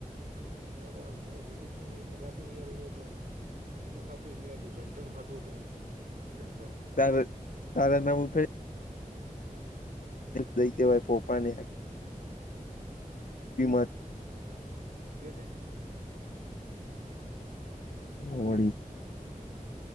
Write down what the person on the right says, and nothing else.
આ લોન વારુ આજ મોંઘું છું એનું ખાતું યાર એવું હતું ને એનું ખાતું એનું એલું જનધન ખાતું હતું એનું જનધન.
કેને?